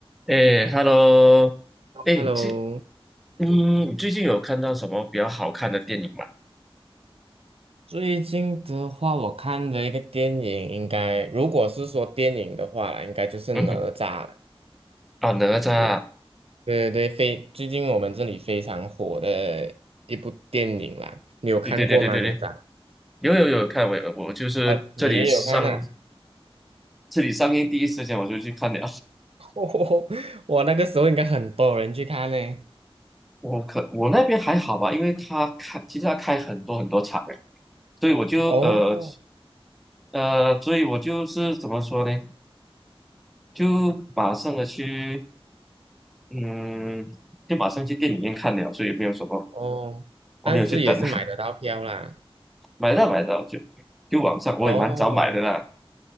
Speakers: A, in the centre; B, on the right.
A: 哎，Hello，哎，
B: Hello，
A: 最嗯，最近有看到什么比较好看的电影吗？
B: 最近的话，我看的一个电影，应该如果是说电影的话啦，应该就是哪吒了。
A: 嗯，啊，哪吒啊，
B: 是，对对对，非最近我们这里非常火的一部电影啦，你有看过吗？
A: 对对对对对对，
B: 哪吒？
A: 有有有看，我有我就是这里上
B: 哦，你也有看呐、<laughs>
A: 这里上映第一时间我就去看了，
B: 哦，我那个时候应该很多人去看嘞。
A: 我可我那边还好吧，因为他开其实他开很多很多场诶，所以我就呃
B: 哦
A: 呃，所以我就是怎么说呢，就马上的去嗯，就马上去电影院看了，所以没有什么，
B: 哦，
A: 我没有去等。
B: 但是也是买得到票啦。
A: 买到买到，就就网上我也蛮早买的啦。
B: 哦